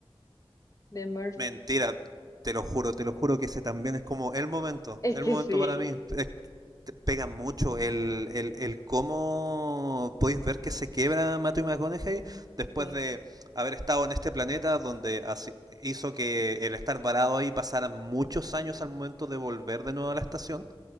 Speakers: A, on the left; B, on the right.
A: de Murph,
B: Mentira, te lo juro, te lo juro que ese también es como el momento,
A: es
B: el
A: que
B: momento
A: sí,
B: para mí. Es- te pega mucho el, el, el cómo podéis ver que se quiebra Matthew McConaughey después
A: sí,
B: de haber estado en este planeta donde así- hizo que el estar varado ahí pasaran muchos años al momento de volver de nuevo a la estación.